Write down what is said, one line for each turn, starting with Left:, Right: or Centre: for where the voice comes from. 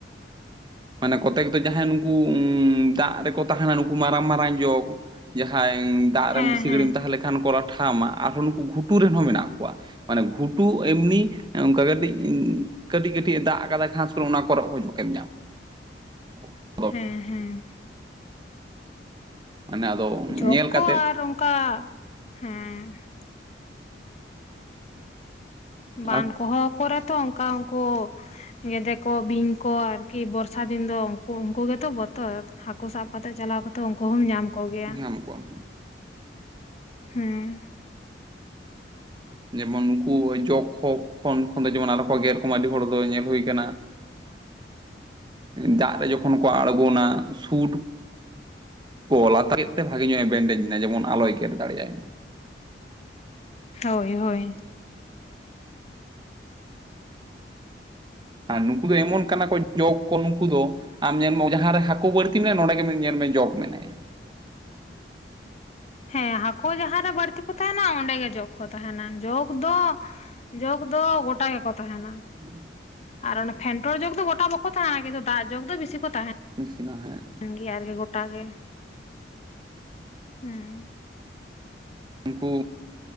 Right: ᱢᱟᱱᱮ ᱠᱚᱛᱮᱠ ᱫᱚ ᱡᱟᱦᱟᱸᱭ ᱱᱩᱠᱩ ᱫᱟᱜ ᱨᱮᱠᱚ ᱛᱟᱦᱮᱱᱟ ᱱᱩᱠᱩ ᱢᱟᱨᱟᱝ ᱢᱟᱨᱟᱝ ᱡᱚᱠ ᱾ ᱡᱟᱦᱟᱸᱭ ᱫᱟᱜ
Left: ᱦᱮᱸ
Right: ᱨᱮ ᱵᱮᱥᱤ
Left: ᱦᱮᱸ
Right: ᱜᱷᱟᱹᱲᱤᱢ ᱛᱟᱦᱮᱸ ᱞᱮᱠᱷᱟᱱ ᱠᱚ ᱞᱟᱴᱷᱟ ᱟᱢᱟ, ᱟᱨᱦᱚᱸ ᱱᱩᱠᱩ ᱜᱷᱩᱴᱩ ᱨᱮᱱ ᱦᱚᱸ ᱢᱮᱱᱟᱜ ᱠᱚᱣᱟ ᱾ ᱢᱟᱱᱮ ᱜᱷᱩᱴᱩ ᱮᱢᱱᱤ ᱚᱱᱠᱟ ᱠᱟᱹᱴᱤᱡ ᱠᱟᱹᱴᱤᱡ ᱠᱟᱹᱴᱤᱡ ᱮ ᱫᱟᱜ ᱟᱠᱟᱫᱟᱭ ᱜᱷᱟᱥ ᱠᱚᱨᱮ ᱚᱱᱟᱼᱼ ᱠᱚᱨᱚᱜ ᱦᱚᱸ ᱡᱚᱠᱮᱢ ᱧᱟᱢᱟ ᱾ <unintelligible>
Left: ᱦᱮᱸ ᱦᱮᱸ ᱾
Right: ᱢᱟᱱᱮ ᱟᱫᱚ ᱧᱮᱞ
Left: ᱡᱚᱠ
Right: ᱠᱟᱛᱮᱫ
Left: ᱠᱚ ᱟᱨ ᱚᱱᱠᱟ ᱦᱮᱸ ᱼᱼ ᱵᱟᱱ
Right: ᱟᱨ
Left: ᱠᱚᱦᱚ ᱠᱚᱨᱮ ᱛᱚ ᱚᱱᱠᱟ ᱩᱱᱠᱩᱼᱼ ᱧᱮᱰᱮ ᱠᱚ ᱵᱤᱧ ᱠᱚ ᱟᱨᱠᱤ ᱵᱚᱨᱥᱟ ᱫᱤᱱ ᱫᱚ ᱩᱱᱠᱩ ᱩᱱᱠᱩ ᱜᱮᱛᱚ ᱵᱚᱼᱼ ᱛᱚᱨ ᱦᱟᱹᱠᱩ ᱥᱟᱵ ᱠᱟᱛᱮᱜ ᱪᱟᱞᱟᱣ ᱠᱟᱛᱮᱜ ᱩᱱᱠᱩ ᱦᱚᱸᱢ ᱧᱟᱢ ᱠᱚ ᱜᱮᱭᱟ
Right: ᱧᱟᱢ
Left: ᱾
Right: ᱠᱚᱣᱟᱢ
Left: ᱦᱮᱸ ᱾
Right: ᱡᱮᱢᱚᱱ ᱩᱱᱠᱩ ᱡᱚᱜᱽ ᱠᱚ ᱠᱷᱚᱱ ᱠᱷᱚᱱ ᱫᱚ ᱡᱮᱢᱚᱱ ᱟᱞᱚ ᱠᱚ ᱜᱮᱨ ᱠᱚᱢᱟ ᱟᱹᱰᱤ ᱦᱚᱲ ᱫᱚ ᱧᱮᱞ ᱦᱩᱭ ᱠᱟᱱᱟᱼᱼ ᱮᱸᱻ ᱫᱟᱜ ᱨᱮ ᱡᱚᱠᱷᱚᱱ ᱠᱚ ᱟᱬᱜᱚᱱᱟ ᱥᱩᱴᱼᱼ <unintelligible> ᱛᱮ ᱵᱷᱟᱜᱮ ᱧᱚᱜ ᱮ ᱵᱮᱱᱰᱮᱡ ᱮᱱᱟ ᱡᱮᱢᱚᱱ ᱟᱞᱚᱭ ᱜᱮᱨ ᱫᱟᱲᱮᱭᱟᱭ ᱢᱟ ᱾
Left: ᱦᱳᱭ ᱦᱳᱭ᱾
Right: ᱟᱨ ᱱᱩᱠᱩ ᱫᱚ ᱮᱢᱚᱱ ᱠᱟᱱᱟ ᱠᱚ ᱡᱚᱜᱽ ᱠᱚ ᱱᱩᱠᱩ ᱫᱚ, ᱟᱢ ᱧᱮᱢᱚ ᱡᱟᱦᱟᱸ ᱨᱮ ᱦᱟᱹᱠᱩ ᱵᱟᱹᱲᱛᱤ ᱢᱮ ᱱᱚᱰᱮ ᱜᱮ ᱧᱮᱞ ᱢᱮ ᱡᱚᱜᱽ ᱢᱮᱱᱟᱭᱟ᱾
Left: ᱦᱮᱸ ᱦᱟᱹᱠᱩ ᱡᱟᱦᱟ ᱨᱮ ᱵᱟᱹᱲᱛᱤ ᱠᱚ ᱛᱟᱦᱮᱱᱟ ᱚᱸᱰᱮ ᱜᱮ ᱡᱚᱜ ᱠᱚ ᱛᱟᱦᱮᱱᱟ᱾ ᱡᱚᱜ ᱫᱚ ᱡᱚᱜ ᱫᱚ ᱜᱚᱴᱟ ᱜᱮᱠᱚ ᱛᱟᱦᱮᱱᱟ᱾
Right: <inaudible>
Left: ᱟᱨ ᱚᱱᱟ ᱯᱷᱮᱱᱴᱚᱞ ᱡᱚᱜᱽ ᱫᱚ ᱜᱚᱴᱟ ᱵᱟᱠᱚ ᱛᱟᱦᱮᱸᱱᱟ ᱠᱤᱱᱛᱩ ᱫᱟᱜ ᱡᱚᱜᱽ ᱫᱚ ᱵᱤᱥᱤ ᱠᱚ ᱛᱟᱦᱮᱸᱱᱟ᱾
Right: <unintelligible>
Left: ᱠᱟᱱ ᱜᱮᱭᱟ ᱟᱨ ᱜᱮ ᱜᱚᱴᱟ ᱜᱮ ᱦᱩᱸ᱾
Right: ᱩᱱᱠᱩ